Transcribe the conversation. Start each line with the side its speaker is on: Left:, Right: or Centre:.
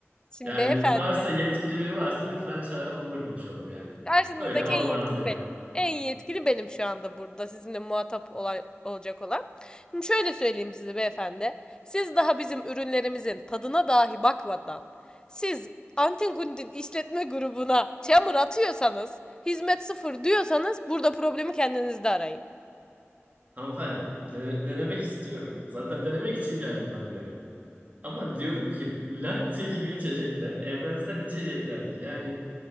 Left: şimdi
Right: Yani
Left: beyefendi
Right: varsa yetkili biri varsa lütfen çağırın onunla konuşalım yani.
Left: Karşınızdaki
Right: Böyle olmaz
Left: en yetkili
Right: yani.
Left: benim. En yetkili benim şu anda burada sizinle muhatap olay, olacak olan. Şimdi şöyle söyleyeyim size beyefendi. Siz daha bizim ürünlerimizin tadına dahi bakmadan siz Antin Kuntin işletme grubuna çamur atıyorsanız, hizmet sıfır diyorsanız burada problemi kendinizde arayın.
Right: Hanımefendi, de- denemek istiyorum. Zaten denemek için geldim ben buraya. Ama diyorum ki latte gibi içecekler evrensel içeceklerdir. Yani